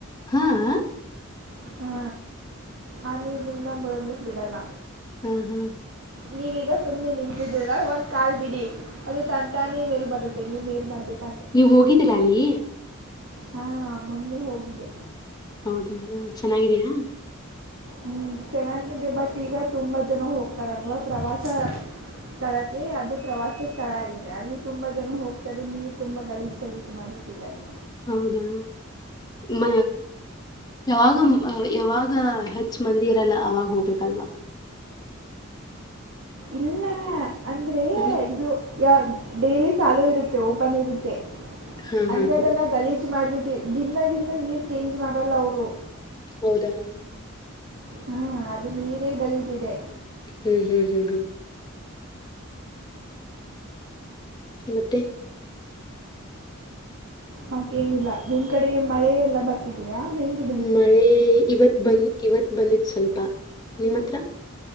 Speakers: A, on the left; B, on the right.
A: ಹಾಆ.
B: ಹಾ ಆ ನೀರಿ ನಿಮ್ನ ಮುಳಗ್ಲಿಕ್ಕ ಬಿಡಲ್ಲ.
A: ಹ್ಮ ಹ್ಮ
B: ನೀವೀಗ ಸುಮ್ಮ್ನೆ ನಿಂತಿದಿರ ಒಂದು ಕಾಲ್ ಬಿಡಿ. ಅದು ತಂತಾನೆ ಮೇಲ್ ಬರುತ್ತೆ ನೀವ್ ಏನ್ ಮಾಡ್ಬೇಕ
A: ನೀವು ಹೋಗಿದ್ದೀರಾ ಅಲ್ಲಿ.
B: ಹಾ ಮೊನ್ನೆ ಹೋಗಿದ್ದೆ.
A: ಹೌದಾ ಹ ಚೆನ್ನಾಗಿದೇಯಾ?
B: ಹ್ಮ್ ಚೆನ್ನಾಗಿದೆ ಬಟ್ ಈಗ ತುಂಬಾ ಜನ ಹೋಗ್ತಾರಲ್ವಾ ಪ್ರವಾಸ. ಸ್ಥಳಕ್ಕೆ ಅದು ಪ್ರವಾಸ ಸ್ಥಳ ಆಗಿದೆ ಅಲ್ಲಿ ತುಂಬಾ ಜನ ಹೋಗ್ತಾರೆ ನೀರು ತುಂಬಾ ಗಲೀಜು ಗಲೀಜು. ಮಾಡಿಟ್ಟಿದ್ದಾರೆ.
A: ಹೌದಾ ಮ. ಯಾವಾಗ ಯಾವಾಗ ಹೆಚ್ಚ ಮಂದಿ ಇರಲ್ಲ ಅವಾಗ ಹೋಗ್ಬೇಕಲ್ವಾ.
B: ಇಲ್ಲ ಅಂದ್ರೆ
A: ಹ
B: ಇದು. ಯ ಡೈಲಿ ಚಾಲೂ ಇರುತ್ತೆ ಓಪನ್ ಇರುತ್ತೆ
A: ಹಾ ಹಾ
B: ಅಂದ್ರೆ
A: ಹಾ
B: ಅದನ್ನ ಗಲೀಜು ಮಾಡ್ಬಿಟ್ಟು. ದಿನ ದಿನ ನೀರು ಚೇಂಜ್ ಮಾಡಲ್ಲ ಅವರು.
A: ಹೌದಾ
B: ಹ್ಮ್ ಅದು ನೀರೇ ಗಲಿಜ್ ಇದೆ.
A: ಹ್ಮ್ ಹ್ಮ್ ಹ್ಮ್ ಹ್ಮ್ ಮತ್ತೆ.
B: ಮತ್ತೇನಿಲ್ಲ ನಿಮ್ ಕಡೆ ಮಳೆ ಎಲ್ಲಾ ಬರ್ತಿದೀಯಾ ಹೆಂಗೆ.
A: ಮಳೆ ಇವತ್ ಬಂದ ಇವತ್ ಬಂದಿತ್ ಸ್ವಲ್ಪ ನಿಮ್ಮ್ ಹತ್ರ